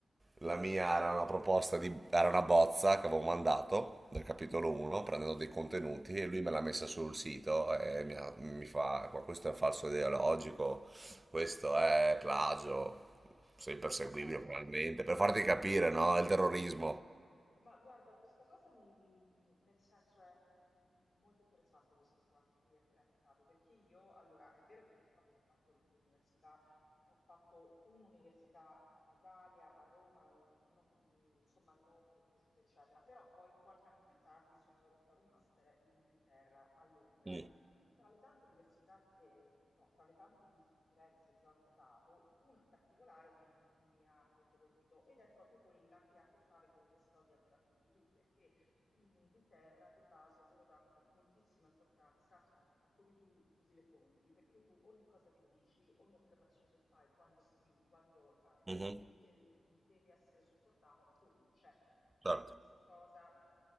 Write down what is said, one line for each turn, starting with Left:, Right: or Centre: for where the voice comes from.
Right: la mia era una proposta di, era una bozza che avevo mandato del capitolo 1 prendendo dei contenuti
Left: Mh-mh.
Right: e lui me l'ha messa sul sito e mi, ha- mi fa "Qua questo è un falso ideologico, questo è plagio, sei perseguibile
Left: Ma dai.
Right: penalmente, per farti capire, no? Il terrorismo.
Left: Ma ma guarda, questa cosa mi mhmm, nel senso è un punto m molto interessante questo qua che hai appena toccato, perché io allora è vero che purtroppo ho fatto l'università ho fatto un'università in Italia, a Roma, mhmm, non mhmm, insomma non mi è piaciuta eccetera, però poi qualche anno più tardi sono andata a fare un master in Inghilterra, a Londra.
Right: Mm.
Left: E fra le tante diversità, eh, no, fra le tante differenze che ho notato, una in particolare mi ha, mi ha molto colpito ed è proprio quella che ha a che fare con la storia che racconti tu, perché in Inghilterra di base loro danno moltissima importanza a come tu usi le fonti, per cui tu ogni cosa che dici, ogni affermazione che fai quando scrivi, quando argomenti,
Right: Mhm,
Left: del- deve essere supportata da fonti, cioè dico
Right: Certo,
Left: questa cosa